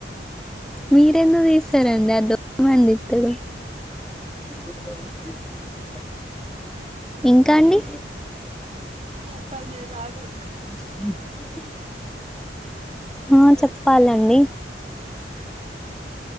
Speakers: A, in the centre; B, on the right.
A: మీరెందుకు తీసారడి ఆ డోరేమాన్ తీస్తడు <unintelligible> ఇంకా అండి
B: చెప్పాలా మీరు రాగుడు
A: <inaudible> ఆ చెప్పాలండి